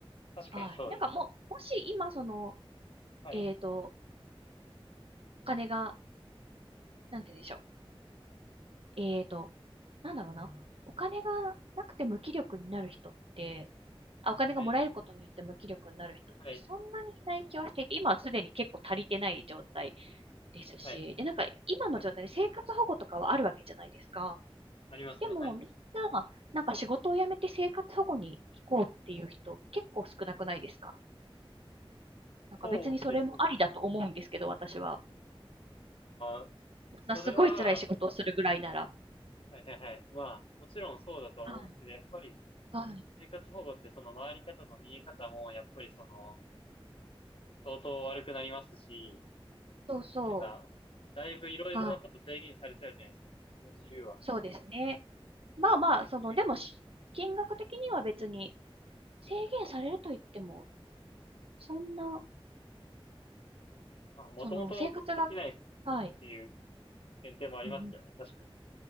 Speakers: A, on the left (about 70°); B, on the right (about 75°).
A: 確かにそうですね。
B: はい。なんかもう、もし今その、
A: はい。
B: えっと、お金が、なんて言うんでしょう。えーと、なんだろうな。お金がなくて無気力になる人って、あ、お金がもらえることによって無気力になる人ってそんなにいない気はしていて、
A: はい。はい。
B: 今はすでに結構足りてない状態ですし、
A: はい。
B: で、なんか今の状態で生活保護とかはあるわけじゃないですか。
A: はい。ありますね。
B: でもみんな、
A: はい。
B: なんか仕事を辞めて生活保護に行こうっていう人結構少なくないですかなんか別にそれもありだと思うんですけど、
A: そうですね。
B: 私は。
A: ああ、
B: そんなすごい辛い仕事をするぐらいなら。
A: それは、はいはいはい。まあ、もちろんそうだとは思うんですけど、
B: はい。
A: やっぱり
B: はい。
A: 生活保護ってその回り方の見え方も、やっぱりその、相当悪くなりますし、
B: そうそ
A: なんか、だいぶいろいろなこと制限されちゃうじゃないですか、
B: う。はい。
A: 自分の自由は。
B: そうですね。まあまあ、その、
A: なんか、はい
B: でもし、金額的には別に制限されると言っても、
A: はい
B: そんな、
A: まあ、もともとできないっ
B: その、生活が、はい。
A: ていう前提もありますけどね、
B: うんうん
A: 確かに。